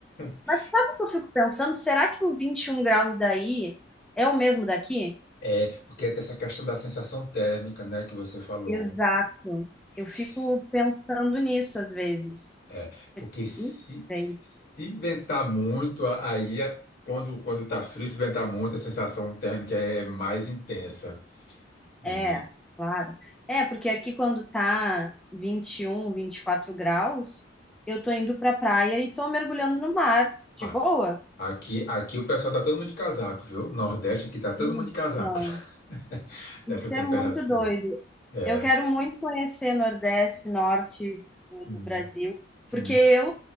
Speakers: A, on the left; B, in the centre.
A: <laughs>
B: Mas sabe o que eu fico pensando? Será que o 21 graus daí é o mesmo daqui?
A: É, porque tem essa questão da sensação térmica, né, que você falou.
B: Exato. Eu fico
A: S-
B: pensando nisso às vezes.
A: É, porque se,
B: Não sei.
A: se ventar muito, a- aí a- quando, quando tá frio, se ventar muito, a sensação térmica é é mais intensa. E
B: É, claro. É, porque aqui quando tá vinte vinte e um, vinte e quatro graus, eu tô indo pra praia e tô mergulhando no mar, de
A: ah,
B: boa.
A: Aqui, aqui o pessoal tá todo mundo de casaco, viu? Nordeste aqui tá todo
B: Então,
A: mundo de casaco <laughs> dessa
B: Isso
A: temperatura.
B: é muito doido.
A: É.
B: Eu quero muito conhecer Nordeste, Norte do
A: Hum,
B: do Brasil, porque
A: hum.
B: eu